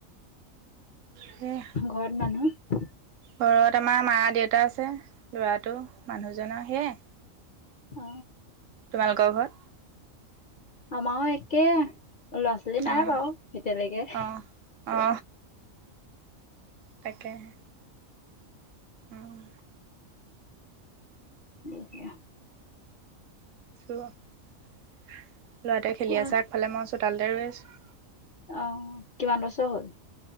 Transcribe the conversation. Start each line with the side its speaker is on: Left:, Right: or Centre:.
Right: সেয়া
Left: ঘৰত মানুহ
Right: ঘৰত আমাৰ মা দেউতা আছে লৰাটো মানুহজনৰ সেয়াই
Left: অ
Right: তোমালোকৰ ঘৰত
Left: আমাৰো একে ল'ৰা ছোৱালী নাই
Right: অ',
Left: বাৰু এতিয়ালৈকে
Right: অ', অ তাকেহে অ',
Left: দে সেয়া
Right: লৰাটোৱে খেলি
Left: কোৱা
Right: আছে আগফালে মই চোতালতে ৰৈ আছো
Left: অ কিমান বছৰ হল